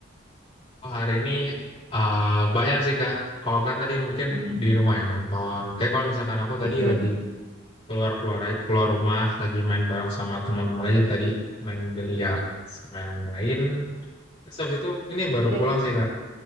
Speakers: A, on the left; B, on the right.
A: Oh, hari ini eh, banyak sih Kak. Kalau kan tadi mungkin
B: Hmm,
A: di rumah ya nonton. Tapi kalau misalkan aku
B: hmm,
A: tadi lagi keluar-keluar keluar keluar rumah, lagi main bareng sama teman-teman aja tadi. Main biliar sama yang lain. Terus habis itu ini baru
B: Eh,
A: pulang sih Kak.